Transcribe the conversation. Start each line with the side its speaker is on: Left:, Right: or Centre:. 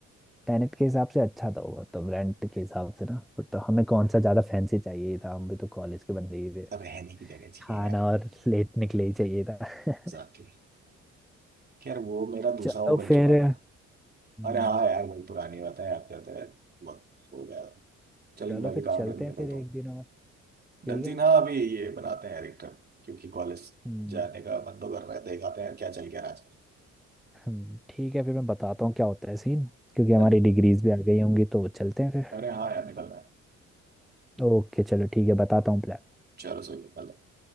Centre: टेनेट के हिसाब से अच्छा था वो तो रेंट के हिसाब से ना वो तो हमें कौन सा ज्यादा फैंसी चाहिए ही था हम भी तो कॉलेज के बंदे ही थे
Right: रहने की जगह चाहिए
Centre: खाना
Right: यार
Centre: और लेटने के लिए ही चाहिए था <laughs>
Right: जाके खैर वो मेरा दूसरा
Centre: चलो
Right: वो बन
Centre: फिर
Right: चुका था
Centre: हम्म,
Right: अरे हाँ यार वही पुरानी बात है याद करते हैं वक्त हो गया चलिए
Centre: चलो
Right: मैं
Centre: फिर
Right: भी काम
Centre: चलते
Right: करने निकलता
Centre: हैं फिर एक
Right: हूँ
Centre: दिन और
Right: डंजीन
Centre: ठीक है
Right: हाँ अभी ये बनाते हैं यार एक ट्रिप क्योंकि कॉलेज
Centre: हम्म
Right: जाने का मन तो कर रहा है देखाते हैं यार क्या चल गया आज
Centre: हम्म, ठीक है फिर मैं बताता हूँ क्या होता है सीन क्योंकि हमारी
Right: डन
Centre: डिग्रीज भी आ गई होंगी तो चलते हैं फिर
Right: अरे हाँ यार निकल रहा है
Centre: ओके चलो ठीक है बताता हूँ प्लान
Right: चलो सही है, निकल रहा है